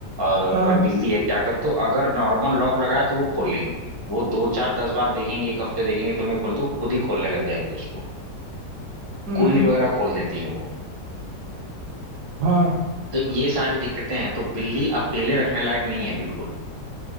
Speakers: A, on the right; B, on the right.
A: और
B: हाँ
A: वह बिल्ली है क्या कर तो अगर नॉर्मल लॉक लगाए तो वो खोल लेंगी वो दो चार दस बार देखेंगे एक हफ्ते देखेंगे तुम्हें खोल तो वो खुद ही खोलने लग जाएंगे उसको
B: हम्म
A: कुंडी वगैरह खोल देती हैं वो
B: हाँ
A: तो ये सारी दिक्कतें हैं तो बिल्ली अकेले रखने लायक नहीं है बिल्कुल